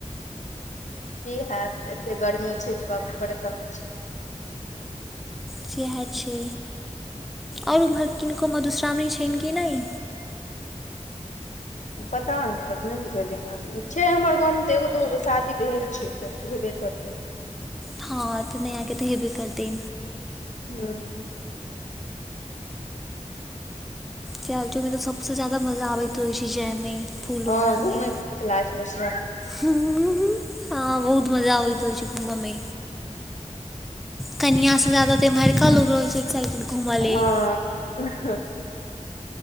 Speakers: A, on the left; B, in the centre.
A: की हैत एते गर्मी छै जे बापरे परेशान छै।
B: सेएह छै आओर ओम्हर किनको मधुश्रावणी छनि कि नहि?
A: पता नहि अर् नय भुजलीये यऽ। छै हमर गामवमे तऽ एगो दूगो शादी भेल छै तऽ हेबे करतै।
B: हँ तऽ नया के तऽ हेब्बे करते।
A: हूँ
B: जा <unintelligible> मे त सबसँ ज्यादा मजा आबैत रहै छै जायमे फूल
A: हँ
B: ओढ़यमे
A: घुमै मे नीक लागै छै मस
B: हँ बहुत मजा आबैत रहित छै घूमऽमे। कनिआ सऽ जादा त इमहरिका लोग रहै छै एक्साइटेड घूमय
A: आ।
B: लेल